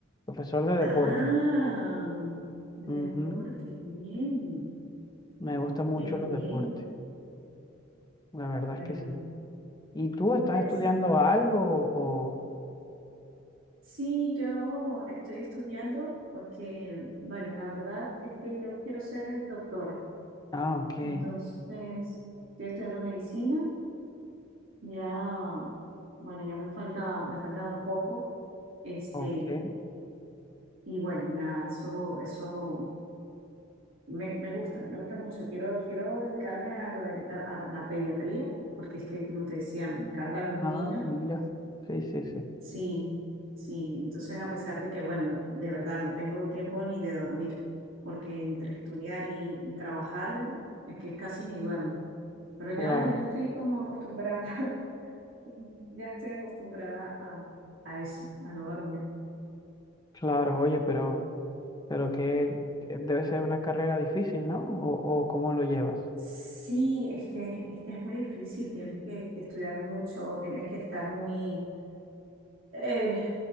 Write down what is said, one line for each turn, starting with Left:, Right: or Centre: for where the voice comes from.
Left: profesor de deporte.
Right: Ah, de
Left: Ujú,
Right: deporte, bien,
Left: Me gustan mucho
Right: qué
Left: los
Right: bien,
Left: deportes, la verdad
Right: pero
Left: es que sí. ¿Y tú
Right: qué
Left: estás
Right: interesante.
Left: estudiando algo o...?
Right: Sí, yo estoy estudiando porque, bueno, la verdad es que yo quiero ser doctora.
Left: Ah, ok,
Right: Entonces, estoy estudiando medicina, ya, bueno, ya me falta, me falta poco, este,
Left: ok.
Right: y bueno, nada, eso, eso me, me gusta, me gusta mucho. Quiero, quiero dedicarme a, lo de la, a la pediatría, porque es que, como te decía, me encantan los
Left: Ah,
Right: niños
Left: mira. Sí, sí, sí.
Right: Sí, sí. Entonces, a pesar de que, bueno, de verdad no tengo tiempo ni de dormir, porque entre estudiar y, y trabajar es que casi ni duermo. Pero ya,
Left: Claro,
Right: ya estoy como acostumbrada, <laughs> ya estoy acostumbrada a, a eso, a no dormir.
Left: claro. Oye,
Right: Mm.
Left: pero, pero que debe ser una carrera difícil, ¿no? ¿O, o cómo lo llevas?
Right: Sí, es que, es que es muy difícil, tienes que, que estudiar mucho, tienes que estar muy, eh,